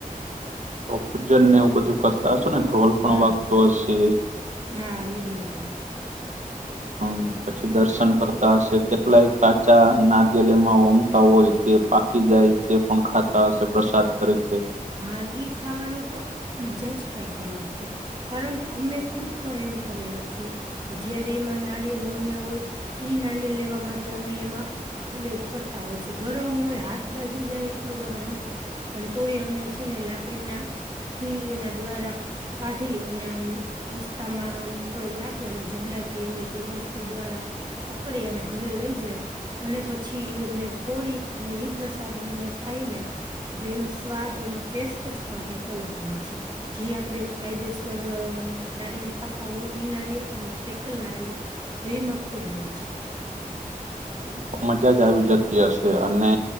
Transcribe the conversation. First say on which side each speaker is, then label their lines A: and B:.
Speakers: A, on the right (about 55°); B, on the right (about 30°).
A: તો ખુજર ને એવું બધું કરતા હશો ને ઢોલ પણ
B: હા
A: વાગતો હશે.
B: હા ઈ બરોબર
A: હહ પછી દર્શન કરતા હશે કેટલાય કાચા નારિયેલ એમાં હોમતા હોય. જે પાકી જાય તે પણ ખાતા હશે પ્રસાદ તરીકે.
B: હા ઈ ખાવાની તો મજા જ કંઈક અલગ છે. કારણ કે અમે ખુદ પણ એમ કરેલું છે. કે જયારે એમાં નારિયળ હોમ્યા હોય ઈ નારિયલ લેવા માટે અમે એમાં એટલે કરતા હોય છે ગરમ હોય હાથ દાજી જાય એટલું ગરમ હોય પન તોય અને છે ને લાકડીના થી એના દ્વારા કાઢી અને આમ રસ્તામાં આમ થોડોક રાખે અને જબલા કે એવી કોઈ વસ્તુ દ્વારા પકડી અને ઘરે લઈ જાય. અને પછી અમે ફોડી અને ઈ પ્રસાદી અમે ખાઈને એટલે એનો સ્વાદ એનો ટેસ્ટ જ પણ કાઈક અલગ હોય છે. જે આપણે કાયદેસર નારિયેલ ખાતા હોય ઈ નારિયળ અને આ સેકલ નારિયેલ બેયમાં ફેર હોય છે.
A: તો તો મજા જ આવી જતી હશે અને